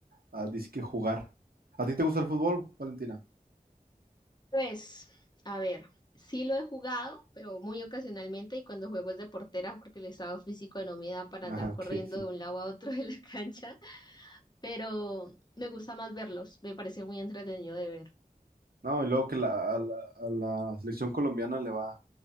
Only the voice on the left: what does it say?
Pues, a ver, sí lo he jugado, pero muy ocasionalmente y cuando juego es de portera porque el estado físico no me da para
andar
corriendo
de un lado a otro de la cancha. pero me gusta más verlos, me parece muy entretenido de ver.